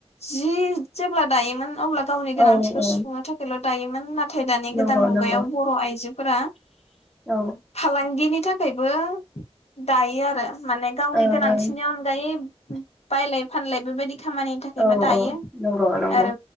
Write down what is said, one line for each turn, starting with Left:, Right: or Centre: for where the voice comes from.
Left: जि जेब्ला दायोमोन अब्ला गावनि गोनांथिखौ
Centre: औ औ
Left: सुफुंनो थाखायल' दायोमोन नाथ थाय दानि
Centre: नंगौ
Left: गोदान मुगायाव
Centre: नंगौ
Left: बर' आइजो फोरा
Centre: औ
Left: फालांगिनि थाखाय थाखायबो दायो आरो माने गावनि
Centre: ओं
Left: गोनांथिनि
Centre: ओं
Left: अनगायै बायलाय फानलाय बेबादि खामानिनि थाखायबो
Centre: औ
Left: दायो
Centre: औ नंगौ नंगौ
Left: आरो